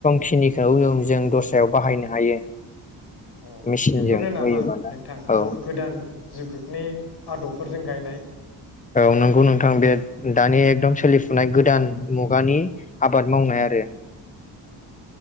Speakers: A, on the left; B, on the left.
A: खिनिखौ जों दस्रायाव
B: औ
A: बाहायनो हायो।
B: अ
A: मेसिनजों
B: बेफोरनो नामा
A: होयोबा दा
B: नोंथां
A: औ
B: गोदान जुगनि आदबफोरजों गायनाय
A: औ नंगौ नों थां बे
B: औ
A: दानि एकदम सोलि फुनाय गोदान मुगानि आबाद मावनाय आरो
B: औ